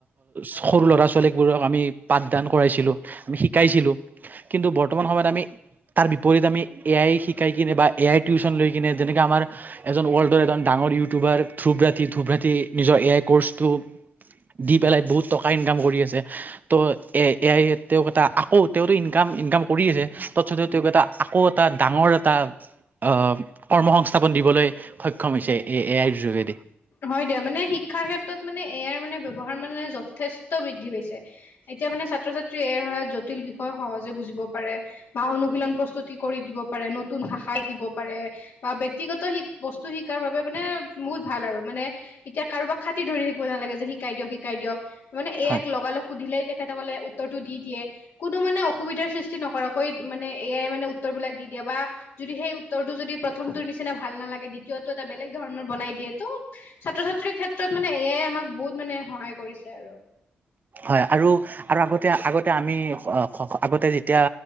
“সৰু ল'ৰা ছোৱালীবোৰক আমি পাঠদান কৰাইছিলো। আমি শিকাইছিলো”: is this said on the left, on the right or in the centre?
Right